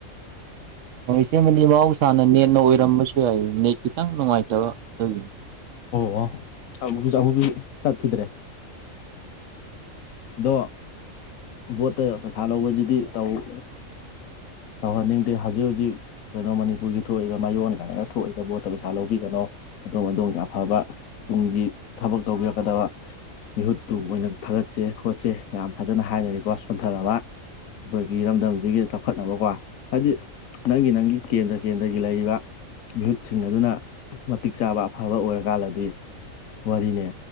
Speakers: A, on the right (about 70°); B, on the left (about 80°).
A: ꯏꯆꯦꯃꯗꯤ ꯃꯍꯧꯁꯥꯅ ꯅꯦꯠꯅ ꯑꯣꯏꯔꯝꯕꯁꯨ ꯌꯥꯏ ꯅꯦꯠ ꯈꯤꯇꯪ ꯅꯨꯡꯉꯥꯏꯇꯕ ꯑꯗꯨꯒꯤꯅꯤ
B: ꯑꯣ ꯑꯣ ꯑꯃꯨꯛ ꯑꯃꯨꯛꯁꯨ ꯆꯠꯈꯤꯗ꯭ꯔꯦ꯫ ꯑꯗꯣ ꯕꯣꯠꯇ ꯄꯩꯁꯥ ꯂꯧꯕꯁꯤꯗꯤ ꯇꯧꯒ ꯇꯧꯍꯟꯅꯤꯡꯗꯦ ꯍꯧꯖꯤꯛ ꯍꯧꯖꯤꯛ ꯀꯩꯅꯣ ꯃꯅꯤꯄꯨꯔꯒꯤ ꯊꯣꯛꯏꯕ ꯃꯌꯣꯟ ꯀꯥꯏꯅꯒ ꯊꯣꯛꯏꯕ ꯕꯣꯠꯇ ꯄꯩꯁꯥ ꯂꯧꯕꯤꯒꯅꯣ ꯑꯗꯣꯝ ꯑꯗꯣꯝꯒꯤ ꯑꯐꯕ ꯇꯨꯡꯒꯤ ꯊꯕꯛ ꯇꯧꯕꯤꯔꯛꯀꯗꯕ ꯃꯤꯍꯨꯠꯇꯨ ꯑꯣꯏꯅ ꯊꯥꯒꯠꯁꯦ ꯈꯣꯠꯁꯦ ꯌꯥꯝ ꯐꯖꯅ ꯍꯥꯏꯅꯔꯤꯀꯣ ꯁꯣꯟꯊꯔꯕ꯫ ꯑꯩꯈꯣꯏꯒꯤ ꯏꯔꯝꯗꯝꯁꯤꯒꯤ ꯆꯥꯎꯈꯠ ꯅꯀꯣ ꯍꯥꯏꯗꯤ ꯅꯪꯒꯤ ꯅꯪꯒꯤ ꯀꯦꯟꯗ꯭ꯔ ꯀꯦꯟꯗ꯭ꯔꯒꯤ ꯂꯩꯔꯤꯕ ꯃꯤꯍꯨꯠꯁꯤꯡ ꯑꯗꯨꯅ ꯃꯇꯤꯛ ꯆꯥꯕ ꯑꯐꯕ ꯑꯣꯏꯔꯀꯥꯟꯂꯗꯤ ꯋꯥꯔꯤꯅꯦ